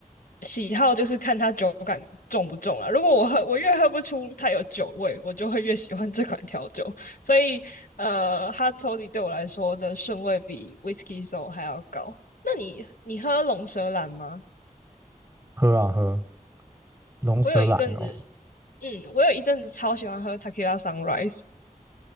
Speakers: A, on the left; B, on the right.
A: 喜好，就是看它酒感重不重啊。如果我喝，我越喝不出它有酒味，我就会越喜欢这款调酒。所以呃，Hard Toddy 对我来说的顺位比 Whisky Sour 还要高。那你你喝龙舌兰吗？
B: 喝啊喝，龙舌兰哦，
A: 我有一阵子，嗯，我有一阵子超喜欢喝 Tequila Sunrise，